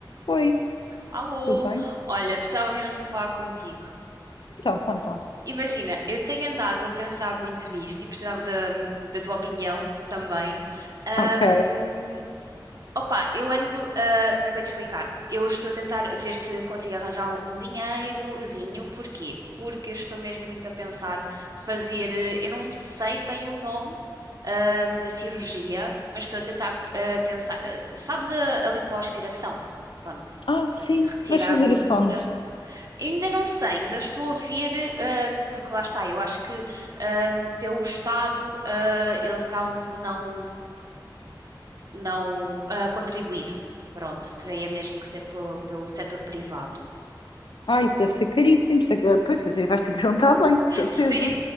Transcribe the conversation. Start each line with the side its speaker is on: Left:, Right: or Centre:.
Left: Oi,
Right: Alô,
Left: tudo bem?
Right: olha, precisava mesmo de falar contigo.
Left: Então, contam.
Right: Imagina, eu tenho andado a pensar muito nisto e precisava da, da tua opinião também. Ahm,
Left: Ok.
Right: opa, eu ando, ah, como é que eu ia te explicar? Eu estou a tentar ver se consigo arranjar um um dinheirozinho. Porquê? Porque eu estou mesmo muito a pensar fazer, eh, eu não sei bem o nome, ahm, da cirurgia, mas estou a tentar, ah, pensar. eh, Sabes a, a lipoaspiração? Pronto,
Left: Ah, sim,
Right: retirar
Left: vais fazer
Right: a gordura
Left: isso onde?
Right: Ainda não sei, ainda estou a ver, ahm, porque lá está, eu acho que ahm, pelo Estado ah, eles acabam por não, não ah, contribuir. Pronto, teria mesmo que ser pelo, pelo setor privado.
Left: Ah, isso deve ser caríssimo. sei que- Pois, vais ter que <laughs> juntar bem, de
Right: <laughs>
Left: certeza.
Right: Sim,